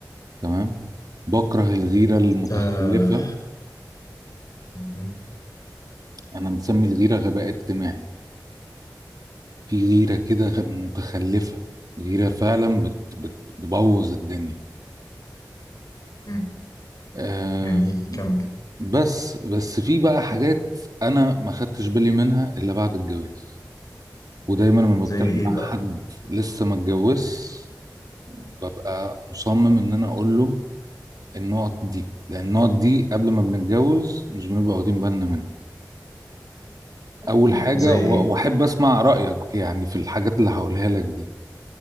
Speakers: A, on the right; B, on the left.
A: تمام بكره الغيرة المتخلفة
B: آه. مهم.
A: انا مسمي الغيرة غباء اجتماعي في غيرة كده غ- متخلفة غيرة فعلا بت بت بتبوظ الدنيا
B: مم.
A: أه
B: جميل كمل
A: بس بس في بقى حاجات انا ما خدتش بالي منها الا بعد الجواز ودايما لما
B: زي
A: بتكلم
B: ايه
A: مع
B: بقى
A: حد لسه ما اتجوزش ببقى مصمم ان انا اقول له النقط دي لان النقط دي قبل ما بنتجوز مش بنبقى واخدين بالنا منها اول
B: مم.
A: حاجه
B: زي
A: و-
B: ايه
A: واحب اسمع رايك يعني في الحاجات اللي هقولها لك دي